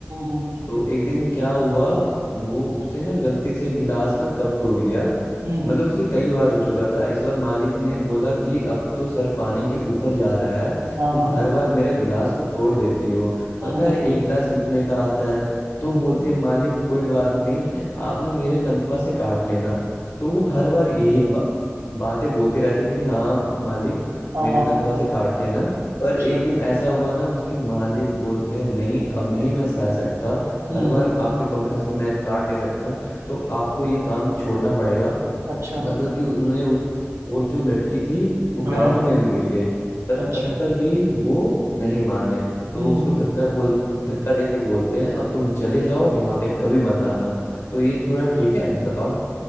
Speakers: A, on the right; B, on the left.
A: हम्म
B: तो एक दिन क्या हुआ वो उससे ना गलती से गिलास का कप टूट गया
A: हम्म
B: मतलब
A: हम्म हम्म,
B: उससे कई बार हो चुका था इस बार मालिक ने बोला कि अब तो सर पानी के ऊपर जा रहा है
A: हाँ
B: तुम
A: हाँ
B: हर बार मेरा गिलास को तोड़ देती हो पता
A: हम्म
B: है
A: हम्म
B: एक गिलास कितने का आता है तो
A: हम्म
B: बोलते
A: हम्म,
B: हैं मालिक कोई बात नहीं आप ना मेरे तनख्वाह से काट लेना तो वो हर बार यही बा, बातें बोलते रहते थे कि हाँ मालिक
A: हाँ
B: मेरी
A: हाँ
B: तनख्वाह
A: हाँ
B: से काट लेना पर
A: अच्छा
B: एक दिन ऐसा हुआ ना उसके मालिक बोलते हैं नहीं अब नहीं मैं सह सकता
A: हम्म
B: हर बार
A: हम्म,
B: आपके तनख्वाह से मैं काट नहीं सकता तो आपको ये काम छोड़ना पड़ेगा
A: अच्छा
B: मतलब कि उन्होंने उस और जो लड़की थी वो पैरों
A: हाँ
B: में भी गिर गई पर
A: अच्छा
B: तब पर भी वो नहीं माने तो
A: हम्म
B: उसको
A: हम्म।
B: धक्का बोल धक्का दे के बोलते हैं अब तुम चले जाओ यहाँ पे कभी मत आना तो ये थोड़ा ठीक है बताओ